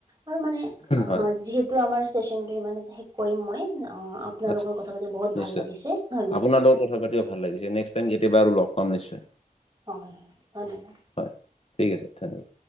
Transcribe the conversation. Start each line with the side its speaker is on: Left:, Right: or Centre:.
Right: আৰু মানে যিহে
Left: হয়
Right: - তু আমাৰ চেচনটো ইমানতে শেষ কৰিম মই, আপোনাৰ
Left: আচ্ছা
Right: লগত কথা পাতি বহুত
Left: নিশ্চয়
Right: ভাল লাগিছে ধন্যবাদ।
Left: আপোনাৰ লগত কথা পাতিও ভাল লাগিছে, নেক্স টাইম কেতিয়াবা আৰু লগ পাম নিশ্চয়।
Right: হয় হয়, ধন্যবাদ।
Left: হয়, ঠিক আছে ধন্যবাদ।